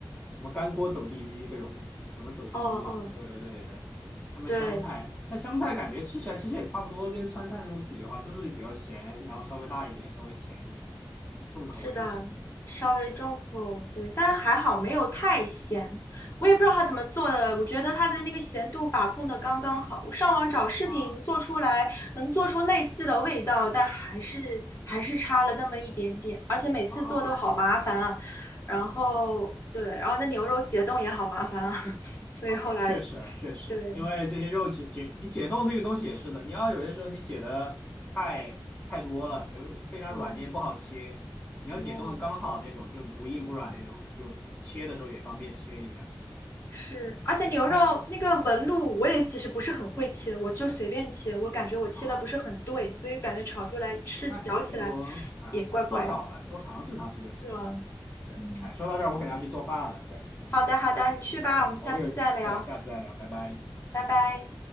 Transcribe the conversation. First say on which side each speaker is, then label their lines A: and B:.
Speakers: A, on the left (about 15°); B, on the left (about 40°).
A: 么干锅走地鸡这种，什么走地鸡什么，
B: 哦哦，
A: 对对对对对。他们湘菜，
B: 对。
A: 那湘菜感觉吃起来其实也差不多，跟川菜那种比的话，都是比较咸，然后稍微辣一点，稍微咸一点，重口味一些
B: 是的，稍微重口，对，但还好没有太咸。我也不知道他怎么做的，我觉得他的那个咸度把控的刚刚好。我上网找视频做出来，
A: 啊
B: 能做出类似的味道，但还是还是差了那么一点点。而且每次做都好麻烦啊，
A: 啊
B: 然后对，然后那牛肉解冻也好麻烦啊，<laughs> 所以后来
A: OK，确实啊，确实，
B: 对，
A: 因为这些肉解解，你解冻这个东西也是的，你要有些时候你解的太太多了，比如非常软你也不好切，
B: 嗯
A: 你要解冻的刚好那种，
B: 嗯。
A: 就不硬不软那种，就切的时候也方便切一下。
B: 是，而且牛肉那个纹路，
A: 对，它，嗯，
B: 我也其实不是很会切，我就随便切，我感觉我切的不是很对，
A: 好，
B: 所以感觉炒出来吃咬起来
A: 那可以多啊，
B: 也怪怪的，
A: 做少了多尝试尝试就行。
B: 是吧？
A: 对，
B: 嗯，
A: 哎，说到这儿我可能要去做饭了。对
B: 好的好的，你去吧，
A: ，OK，
B: 我们下次再聊，
A: 我们有，对，下次再聊，拜拜。
B: 拜拜。